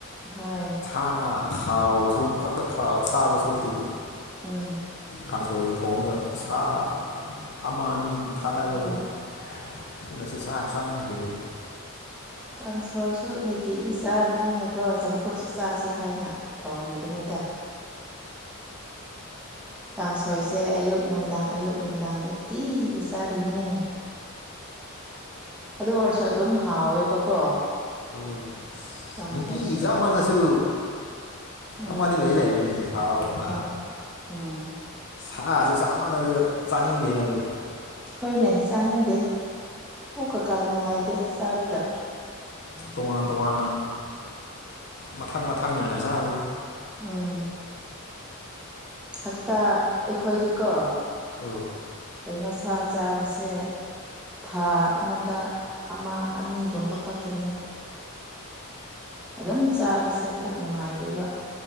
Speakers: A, in the centre; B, on the left.
A: ꯍꯣꯏ
B: ꯑꯥ ꯊꯥꯎ ꯁꯔꯨꯛ ꯈꯛꯇ ꯁꯥꯕ ꯁꯔꯨꯛꯇꯤ <unintelligible>
A: ꯎꯝ
B: ꯀꯥꯡꯁꯣꯏ ꯊꯣꯡꯒꯥ ꯁꯥ ꯑꯃ ꯑꯅꯤꯒꯨꯝꯕ ꯊꯥꯗꯕꯗꯨꯕꯨ
A: ꯍꯣꯏ
B: ꯑꯗꯨꯅꯁꯨ ꯆꯥꯛ ꯆꯪꯕ ꯍꯦꯜꯂꯤꯅꯤ
A: ꯀꯥꯡꯁꯣꯏꯁꯨ ꯅꯤꯇꯤꯒꯤ ꯆꯥꯕꯅꯤꯅꯀꯣ ꯆꯝꯐꯨꯠꯁꯨ ꯆꯥꯁꯦ ꯍꯥꯏꯅ ꯊꯧꯔꯤꯕꯅꯦꯗ ꯀꯥꯡꯁꯣꯏꯁꯦ ꯑꯌꯨꯛ ꯅꯨꯡꯗꯥꯡ ꯑꯌꯨꯛ ꯅꯨꯡꯗꯥꯡ ꯅꯤꯇꯤꯒꯤ ꯆꯥꯔꯤꯅꯦ ꯑꯗꯨ ꯑꯣꯏꯔꯁꯨ ꯑꯗꯨꯝ ꯍꯥꯎꯋꯦꯕꯀꯣ
B: ꯑꯧ
A: ꯀꯥꯡꯁꯣꯏꯁꯨ
B: ꯅꯨꯡꯇꯤꯒꯤ ꯖꯥꯃꯥꯜꯂꯁꯨ
A: ꯎꯝ
B: ꯑꯥꯃꯥꯗꯤ ꯂꯩ ꯂꯩꯕꯅꯤ ꯍꯥꯎ
A: ꯍꯣꯏ
B: ꯑ
A: ꯎꯝ
B: ꯁꯥꯁꯨ ꯆꯥꯃꯥꯟꯂꯥꯁꯨ ꯆꯥꯅꯤꯡꯗꯦꯅꯀꯣ
A: ꯍꯣꯏꯅꯦ ꯆꯥꯅꯤꯡꯗꯦ ꯄꯨ ꯀꯀꯥ ꯅꯨꯡꯉꯥꯏꯗꯦ ꯆꯥꯔꯒ
B: ꯇꯣꯉꯥꯟ ꯇꯣꯉꯥꯟꯅ ꯃꯊꯪ ꯃꯊꯪ ꯅꯥꯏꯅ ꯆꯥꯕꯒꯣ
A: ꯎꯝ ꯍꯥꯛꯇꯥ ꯑꯩꯈꯣꯏꯗꯤꯀꯣ
B: ꯎꯝ
A: ꯀꯩꯅꯣ ꯁꯥ ꯆꯥꯕꯁꯦ ꯊꯥ ꯑꯃꯗ ꯑꯃ ꯑꯅꯤꯒꯨꯝꯕ ꯈꯛꯇꯅꯤ ꯑꯗꯨꯝ ꯆꯥꯕꯁꯦ ꯄꯨꯛ ꯅꯨꯡꯉꯥꯏꯗꯦꯕ